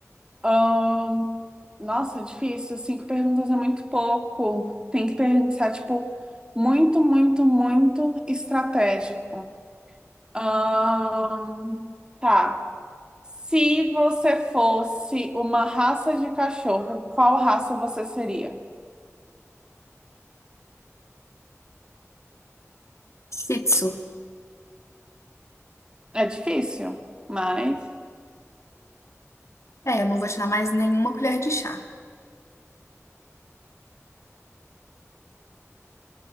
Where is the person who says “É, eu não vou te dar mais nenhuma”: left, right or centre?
Left